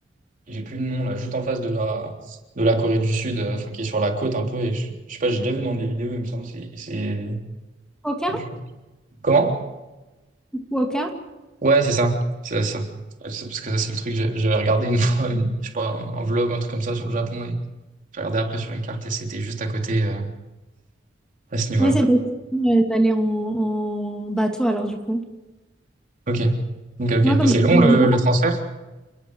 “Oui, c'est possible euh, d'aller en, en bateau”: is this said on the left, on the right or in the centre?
Centre